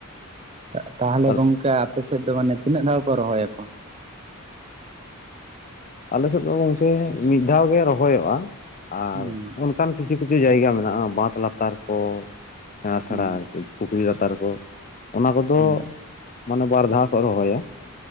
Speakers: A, on the right; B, on the left.
A: ᱛᱟ ᱛᱟᱦᱞᱮ
B: ᱛᱟᱦᱚᱞᱮ
A: ᱜᱚᱝᱠᱮ ᱟᱯᱮ ᱥᱮᱫ ᱫᱚ ᱢᱟᱱᱮ ᱛᱤᱱᱟᱹᱜ ᱫᱷᱟᱣ ᱠᱚ ᱨᱚᱦᱚᱭᱟᱠᱚ?
B: ᱟᱞᱮᱥᱮᱫ ᱫᱚ ᱜᱚᱝᱠᱮ ᱢᱤᱫ ᱫᱷᱟᱣ ᱜᱮ ᱨᱚᱦᱚᱭᱚᱜᱼᱟ ᱾ ᱟᱨ
A: ᱦᱩᱸ
B: ᱩᱱᱼᱼ ᱚᱱᱠᱟᱱ ᱠᱤᱪᱷᱩ ᱠᱤᱪᱷᱩ ᱡᱟᱭᱜᱟ ᱢᱮᱱᱟᱜᱼᱟ ᱵᱟᱸᱫ ᱞᱟᱛᱟᱨ ᱠᱚ ᱥᱮᱬᱟ ᱥᱮᱬᱟ
A: ᱦᱩᱸ
B: ᱟᱨᱠᱤ ᱯᱩᱠᱷᱨᱤ ᱞᱟᱛᱟᱨ ᱠᱚ ᱚᱱᱟ ᱠᱚᱫᱚ
A: ᱦᱩᱸ
B: ᱢᱟᱱᱮ ᱵᱟᱨ ᱫᱷᱟᱣ ᱠᱚ ᱨᱚᱦᱚᱭᱟ᱾